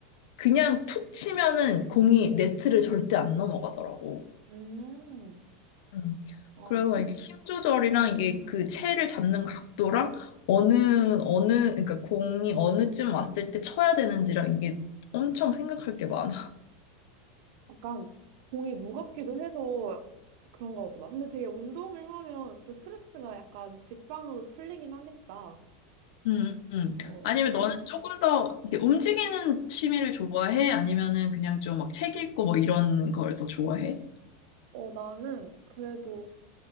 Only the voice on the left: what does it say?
그냥 툭 치면은 공이 네트를 절대 안 넘어가더라고.
음.
그래서 이게 힘 조절이랑 이게 그 채를 잡는 각도랑 어느 어느 그러니까 공이 어느쯤 왔을 때 쳐야 되는지랑 이게 엄청 생각할 게 많아.
음, 음.
아니면 너는 조금 더 이렇게 움직이는 취미를 좋아해? 아니면은 그냥 좀 막 책 읽고 뭐 이런 걸 더 좋아해?